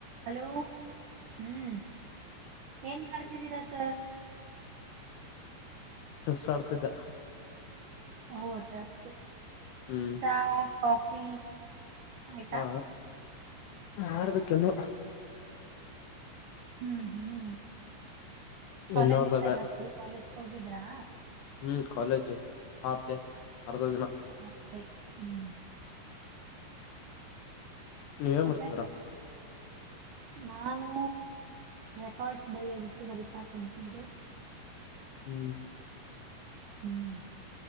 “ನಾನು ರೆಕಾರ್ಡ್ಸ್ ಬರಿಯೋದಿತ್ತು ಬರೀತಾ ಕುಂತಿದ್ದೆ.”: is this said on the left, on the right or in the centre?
Right